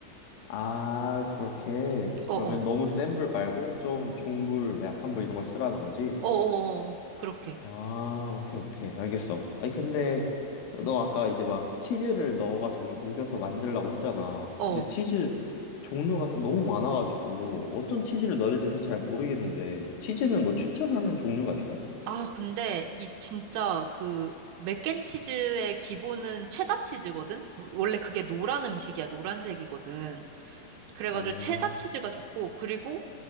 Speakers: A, on the left; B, on the right.
A: 아, 그렇게.
B: 어어.
A: 그러면 너무 센 불 말고 좀 중불, 약한 불 이런 걸 쓰라는 거지?
B: 어어어. 그렇게.
A: 아, 오케이, 오케이. 알겠어. 아니, 근데 너 아까 이제 막 치즈를 넣어가지고 이렇게 녹여서 만들라고 했잖아.
B: 어.
A: 근데 치즈 종류가 사- 너무 많아가지고 어떤 치즈를 넣어야 될지 사실 잘 모르겠는데 치즈는 뭐 추천하는 종류가 있어?
B: 아, 근데 이 진짜 그 맥앤치즈의 기본은 체다 치즈거든? 원래 그게 노란 음식이야. 노란색이거든. 그래가지고
A: 어,
B: 체다 치즈가 좋고 그리고